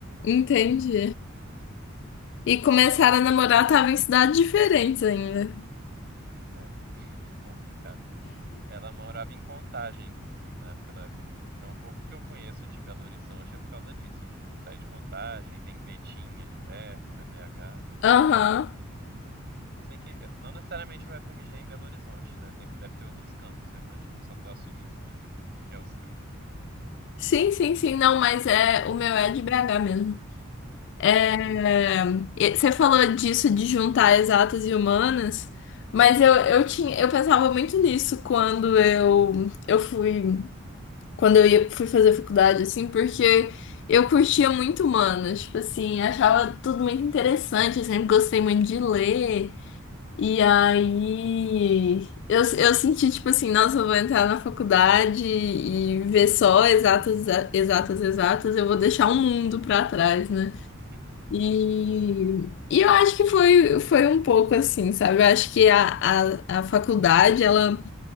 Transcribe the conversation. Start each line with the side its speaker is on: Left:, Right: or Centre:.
Left: Entendi. E começaram a namorar, tava em cidades diferentes ainda.
Right: Pois é, <laughs> complicado. Ela morava em Contagem, inclusive, na época da UFMG. Então, o pouco que eu conheço de Belo Horizonte é por causa disso, de sair de Contagem, tem Betim ali perto, né, BH.
Left: Aham.
Right: Se bem que eh, não necessariamente o FMG é em Belo Horizonte, né? Tem- deve ter outros campos, eu imagino. Só tô assumindo que, que é o seu.
Left: Sim, sim, sim. Não, mas é o meu é de BH mesmo. É,
Right: Uhum.
Left: e você falou disso de juntar exatas e humanas, mas eu, eu tinha, eu pensava muito nisso quando eu, eu fui, quando eu ia, fui fazer faculdade, assim, porque eu curtia muito humanas, tipo assim, achava tudo muito interessante, eu sempre gostei muito de ler. E aí eu, eu senti tipo assim, nossa, eu vou entrar na faculdade e ver só exatas, exa- exatas, exatas, eu vou deixar o mundo pra trás, né?
Right: <laughs>
Left: E, e eu acho que foi, foi um pouco assim, sabe? Eu acho que a, a, a faculdade, ela